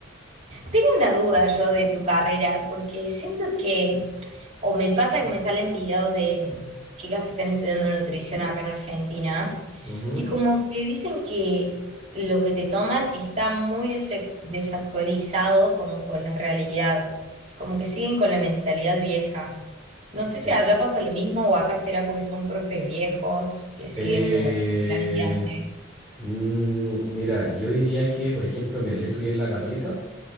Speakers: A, on the right; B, in the centre.
A: Tengo una duda yo de tu carrera, porque siento que, o me pasa que me salen videos de chicas que están estudiando nutrición acá en Argentina
B: Ujú.
A: Y como que dicen que lo que te toman está muy dese- desactualizado como con la realidad, como que siguen con la mentalidad vieja. No sé si
B: Eh,
A: allá pasa lo mismo o acá será porque son profes viejos que siguen
B: eh,
A: como con planes de antes.
B: mm, mira, yo diría que, por ejemplo, mira, yo estudié en la Católica